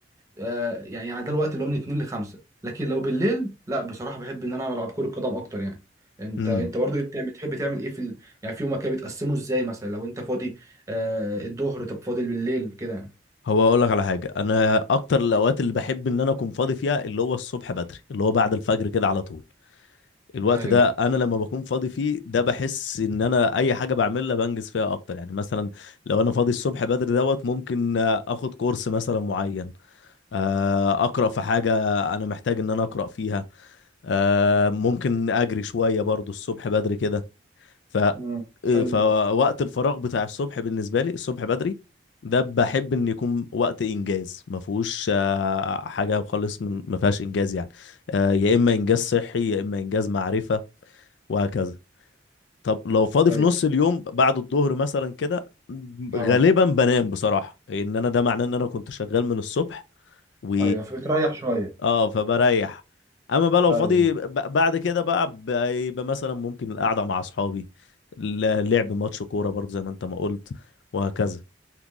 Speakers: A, on the right (about 20°); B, on the left (about 80°).
A: آه، يعني يعني ده الوقت اللي هو من اتنين لخمسة لكن لو بالليل لا بصراحة بحب إن أنا ألعب كرة قدم أكتر يعني انت
B: امم
A: انت برضو ايه بتعمل بتحب تعمل ايه في ال... يعني في يومك كده بتقسمه ازاي مثلا لو انت فاضي آه الظهر طب فاضي بالليل كده يعني.
B: هو هقول لك على حاجه انا اكتر الاوقات اللي بحب ان انا اكون فاضي فيها اللي هو الصبح بدري اللي هو بعد الفجر كده على طول الوقت
A: ايوه
B: ده انا لما بكون فاضي فيه ده بحس ان انا اي حاجه بعملها بنجز فيها اكتر يعني مثلا لو انا فاضي الصبح بدري دوت ممكن آه، اخد كورس مثلا معين آه، اقرا في حاجه انا محتاج ان انا اقرا فيها آه، ممكن اجري شويه برضو الصبح بدري كده ف
A: مم.
B: آه،
A: حلو ده
B: فوقت الفراغ بتاع الصبح بالنسبه لي الصبح بدري ده بحب ان يكون وقت انجاز ما فيهوش آه، حاجه خالص من ما فيهاش انجاز يعني آه، يا اما انجاز صحي يا اما انجاز معرفه وهكذا طب لو فاضي
A: أيوة.
B: في نص اليوم بعد الظهر مثلا كده
A: اه
B: غالبا بنام بصراحه ان انا ده معناه ان انا كنت شغال من الصبح و
A: ايوه فبتريح شويه
B: اه فبريح اما بقى لو
A: ايوه
B: فاضي ب- بعد كده بقى بيبقى مثلا ممكن القعده مع اصحابي ل- لعب ماتش كوره برضه زي ما انت ما قلت وهكذا